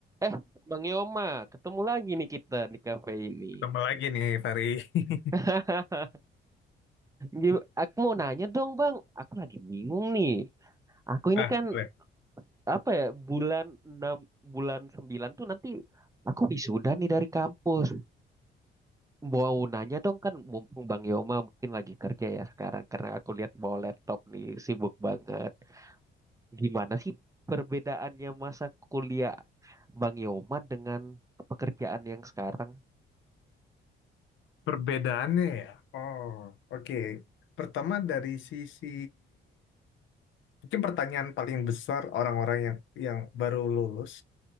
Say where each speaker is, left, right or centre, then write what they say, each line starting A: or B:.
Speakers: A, on the right; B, on the left.
A: Eh, Bang Yoma, ketemu lagi nih kita di kafe ini.
B: Tambah lagi nih, Fari. <laughs>
A: <laughs> Gim- Aku mau nanya dong, Bang. Aku lagi bingung nih. Aku
B: Nah,
A: ini kan
B: boleh.
A: apa ya, bulan 6 bulan 9 tuh nanti aku wisuda nih dari kampus. Mau nanya dong kan mumpung Bang Yoma mungkin lagi kerja ya sekarang karena aku lihat bawa laptop nih sibuk banget. Gimana sih perbedaannya masa kuliah Bang Yoma dengan pekerjaan yang sekarang?
B: Perbedaannya ya. Oh, oke. Pertama dari sisi mungkin pertanyaan paling besar orang-orang yang yang baru lulus,